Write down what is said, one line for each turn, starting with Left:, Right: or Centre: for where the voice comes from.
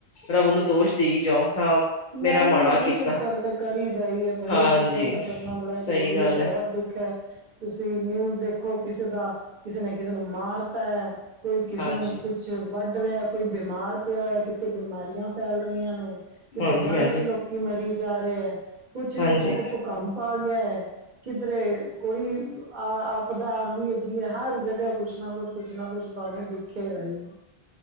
Left: ਰਬ ਨੂੰ ਦੋਸ਼ ਦੇਈ ਜਾਓ ਹਾਂ ਮੇਰਾ
Right: ਨਈ
Left: ਮਾੜਾ
Right: ਨਈ
Left: ਕੀਤਾ
Right: ਸ਼ੁਕਰ ਤਾਂ ਕਰੀਦਾ ਈ ਏ ਬਈ
Left: ਹਾਂਜੀ
Right: ਸ਼ੁਕਰ ਤਾਂ ਕਰਨਾ ਬੜਾ
Left: ਸਹੀ
Right: ਜ਼ਰੂਰੀ
Left: ਗੱਲ
Right: ਐ।
Left: ਹੈ
Right: ਬੋਹਤ ਦੁੱਖ ਐ। ਤੁਸੀ ਨਿਊਜ਼ ਦੇਖੋ ਕਿਸੇ ਦਾ, ਕਿਸੇ ਨੇ ਕਿਸੇ ਨੂੰ ਮਾਰਤਾ ਐ। ਕੋਈ ਕਿਸੇ
Left: ਹਾਂਜੀ
Right: ਨੂੰ ਕੁਛ ਵੱਢ ਰਿਹਾ ਐ। ਕੋਈ ਬਿਮਾਰ ਪਿਆ ਹੋਇਆ, ਕਿਤੇ ਬਿਮਾਰੀਆਂ ਫੈਲ ਰਹੀਆਂ ਨੇ, ਕਿਤੇ
Left: ਹਾਂਜੀ
Right: ਜੰਗ
Left: ਹਾਂਜੀ
Right: ਚ, ਲੋਕ ਕੀ ਮਰੀ ਜਾ, ਰੇ ਐ। ਕੁਛ ਨੀ
Left: ਹਾਂਜੀ
Right: ਤੇ ਕਿਤੇ ਭੁਕੰਪ ਪਾ ਗਿਆ ਐ। ਕਿਧਰੇ ਕੋਈ ਆ ਆਪਦਾ ਆਗੀ ਏ। ਹੈ ਹਰ ਜਗ੍ਹਾ ਕੁਛ ਨਾ ਕੁਛ-ਕੁਛ ਨਾ ਕੁਛ ਤੁਹਾਨੂੰ ਦਿਖੇਗਾ ਈ।